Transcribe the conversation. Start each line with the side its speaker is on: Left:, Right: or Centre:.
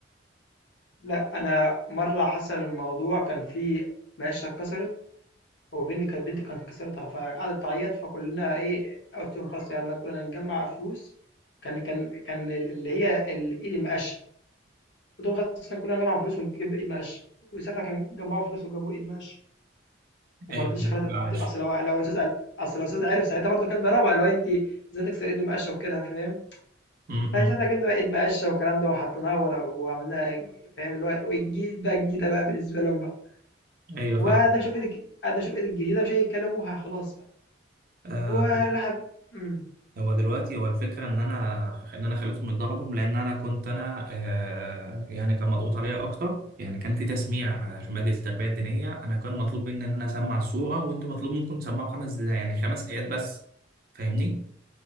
Left: لأ، أنا مرّة حصل الموضوع كان في مقاشة اتكسرت وبين كانت بنتي كانت كسرتها، فقعدت تعيّط فكلّنا إيه، قُلت لهم خلاص يالّا كلّنا نجمّع فلوس، كان كان كان ال اللي هي ال إيد المقاشة، قُلت لهم خلاص إحنا كلّنا نجمّع فلوس ونجيب إيد مقاشة، وساعتها كان جمّعوا فلوس وجابوا إيد مقاشة. وما
Right: ايوه
Left: رضيتش
Right: فاهمك،
Left: خلاص تد-
Right: عاش
Left: اصل لو لو الاستاذ قال- اصل لو الاستاذ عرف ساعتها برضه كان ضربها اللي هو انت ازاي تكسر ايد المقشه وكده فاهم
Right: م-
Left: فساعتها
Right: م.
Left: جبنا بقى ايد مقشه والكلام ده وحطيناها ورا وعملناها فاهم اللي هو وجديد بقى جديده بقى بالنسبه لهم بقى
Right: ايوه
Left: وقعد
Right: فاهم
Left: اشوف ايد الج- قعد اشوف ايد الجديده مش هيتكلموها خلاص بقى
Right: آه
Left: ولحب امم
Right: هو دلوقتي هو الفكره ان انا ان انا خليتهم يتضربوا لان انا كنت انا آه، يعني كان مضغوط عليا اكتر يعني كان في تسميع في ماده التربيه الدينيه انا كان مطلوب مني ان انا اسمع السوره وانتوا مطلوب منكم تسمعوا خمس يعني خمس ايات بس فاهمني